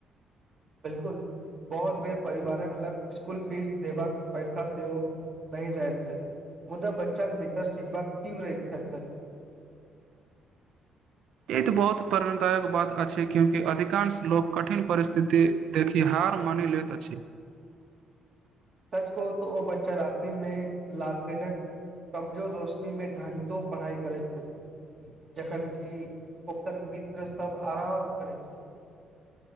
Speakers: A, on the right (about 40°); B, on the right (about 75°).
A: बिलकुल बहुत बेर परिवारक लग इस्कुल फीस देबाक पैसा सेहो नहि रहैत छल मुदा बच्चाक केँ भीतर सिखबाक तीव्र इच्छा छल
B: ई ते बहुत प्रेणदायक बात अछि क्योकि अधिकांश लोक कठिन परिस्थिति देखि हार मानि लैत अछि
A: सच कहु तो ओ बच्चा राते मे लालटेनक कमजोर रोशनीमे घण्टो पढ़ाइ करैत छल जखन कि ओकर मित्रसभ आराम करैत छल